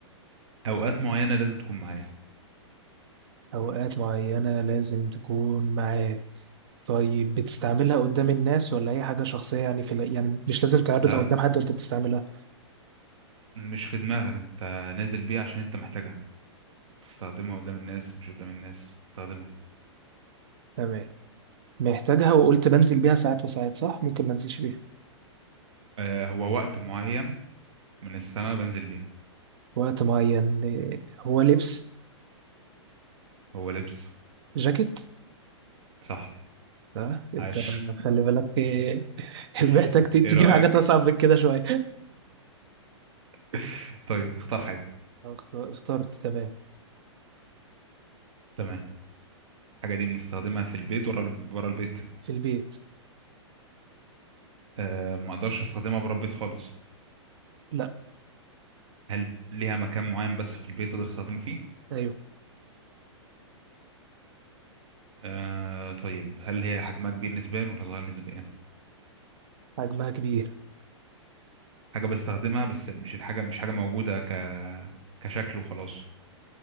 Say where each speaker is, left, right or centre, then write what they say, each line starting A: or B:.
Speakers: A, on the right; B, on the right.
A: أوقات معينة لازم تكون معايا
B: اوقات معينة لازم تكون معاك طيب بتستعملها قدام الناس ولا هي حاجة شخصية يعني في ال- يعني مش لازم تعرضها
A: لا
B: قدام حد وانت بتستعملها
A: مش في دماغك انت نازل بيها عشان انت محتاجها تستخدمها قدام الناس مش قدام الناس تستخدمها
B: تمام محتاجها وقلت بنزل بيها ساعات وساعات صح ممكن ما انزلش بيها
A: آه هو وقت معين من السنة بنزل بيها
B: وقت معين إيه، هو لبس
A: هو لبس
B: جاكيت
A: صح
B: لا انت
A: عاش
B: خلي بالك إيه، <laughs> محتاج
A: <laughs>
B: ت- تجيب
A: ايه رأيك
B: حاجات اصعب من كده شويه
A: <laughs> طيب اختار حاجة
B: <laughs> اخت- اخترت تمام
A: تمام الحاجة دي بنستخدمها في البيت ورا ورا البيت
B: في البيت
A: آه ما اقدرش استخدمها بره البيت خالص
B: لا
A: هل ليها مكان معين بس في البيت اقدر استخدمه فيه
B: ايوه
A: آه طيب هل هي حجمها كبير نسبيا ولا صغير نسبيا
B: حجمها كبير
A: حاجة بستخدمها بس مش الحاجة مش حاجة موجودة ك كشكل وخلاص